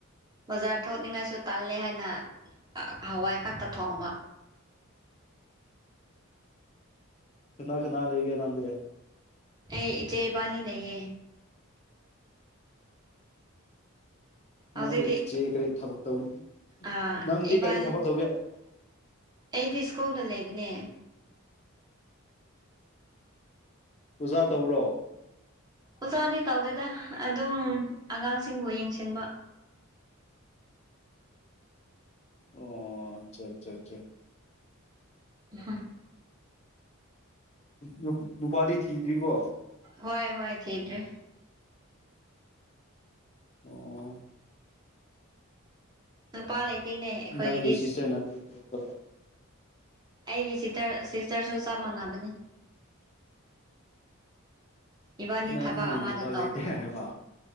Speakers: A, on the right; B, on the left.
A: ꯕꯖꯥꯔ ꯊꯣꯛꯅꯤꯡꯉꯥꯁꯨ ꯇꯥꯜꯂꯦ ꯍꯥꯏꯅ ꯑꯥ ꯍꯋꯥꯏ ꯀꯥꯡꯇꯛ ꯊꯣꯡꯕ
B: ꯀꯅꯥ ꯀꯅꯥ ꯂꯩꯒꯦ ꯅꯪꯗꯤ
A: ꯑꯦ ꯏꯆꯦ ꯏꯕꯥꯅꯤ ꯅꯩꯌꯦ ꯍꯧꯖꯤꯛꯇꯤ
B: ꯅꯪꯒꯤ ꯏꯆꯦ ꯀꯔꯤ ꯊꯕꯛ ꯇꯧꯅꯤ
A: ꯑ
B: ꯅꯪꯗꯤ
A: ꯏꯕꯥ
B: ꯀꯔꯤ ꯊꯕꯛ ꯇꯧꯒꯦ
A: ꯑꯩꯗꯤ ꯁ꯭ꯀꯨꯜꯗ ꯂꯩꯕꯅꯦ
B: ꯑꯣꯖꯥ ꯇꯧꯔꯣ
A: ꯑꯣꯖꯥꯗꯤ ꯇꯧꯗꯦꯗ ꯑꯗꯨꯝ ꯑꯉꯥꯡꯁꯤꯡꯕꯨ ꯌꯦꯡꯁꯤꯟꯕ
B: ꯑꯣ ꯆꯥ ꯆꯥ ꯆꯥ
A: ꯎꯍꯨꯝ
B: ꯅꯨꯞ ꯅꯨꯄꯥꯗꯤ ꯊꯤꯗ꯭ꯔꯤꯀꯣ
A: ꯍꯣꯏ ꯍꯣꯏ ꯊꯤꯗ꯭ꯔꯤ
B: ꯑꯣ
A: ꯅꯨꯄꯥ ꯂꯩꯇꯦꯅꯦ ꯑꯩꯈꯣꯏꯒꯤꯗꯤ
B: ꯅꯪꯒꯤ <unintelligible>
A: ꯑꯩꯒꯤ ꯁꯤꯇꯔ ꯁꯤꯁꯇꯔꯁꯨ ꯆꯞ ꯃꯥꯟꯅꯕꯅꯤ ꯏꯕꯥꯅꯤ
B: ꯅꯪꯒꯤ
A: ꯊꯕꯛ ꯑꯃꯗ
B: ꯅꯨꯄꯥ
A: ꯇꯧꯕꯅꯦ
B: ꯂꯩꯇꯦ ꯍꯥꯏꯕ